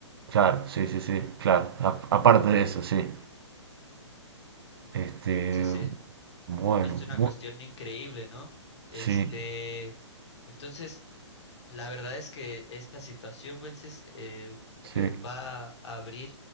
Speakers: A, on the right (about 50°); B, on the left (about 65°).
A: Claro, sí, sí, sí, claro. A- aparte de eso, sí. Este,
B: Entonces, eh,
A: bueno,
B: es una
A: bu-
B: cuestión increíble, ¿no? Este,
A: sí,
B: entonces, La verdad es que esta situación, Wences, eh,
A: sí.
B: eh, va a abrir